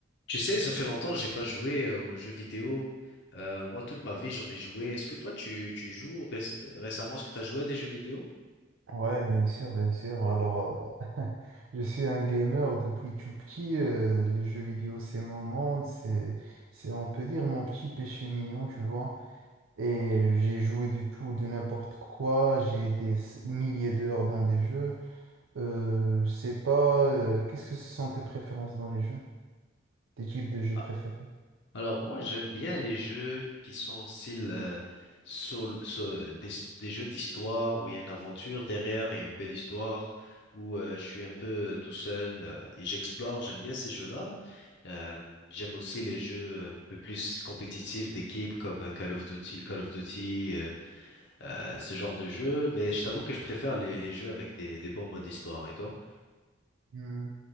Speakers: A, on the left (about 60°); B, on the right (about 85°).
A: Tu sais, ça fait longtemps que j'ai pas joué euh, aux jeux vidéo. Euh, moi, toute ma vie, j'en ai joué. Est-ce que toi, tu, tu joues réc- récemment? Est-ce que tu as joué à des jeux vidéo?
B: Ouais, bien sûr, bien sûr. Alors, euh, <laughs> je suis un gamer depuis tout petit. euh, les jeux vidéo, c'est mon monde. C'est, c'est, on peut dire, mon petit péché mignon, tu vois. Et j'ai joué du tout, de n'importe quoi. J'ai des s- milliers d'heures dans des jeux. Euh, je sais pas, euh, qu'est-ce que ce sont tes préférences dans les jeux? Tes types de jeux
A: Ah,
B: préférés?
A: Alors moi, j'aime bien les jeux qui sont style euh, sol- sol- des, des jeux d'histoire où il y a une aventure derrière et une belle histoire, où euh, je suis un peu euh, tout seul euh, et j'explore. J'aime bien ces jeux-là. Euh, j'aime aussi les jeux un peu plus compétitifs d'équipe comme euh, Call of Duty, Call of Duty. euh, euh, ce genre de jeu, mais je t'avoue que je préfère les, les jeux avec des, des bons modes histoire. Et toi?
B: Hmm,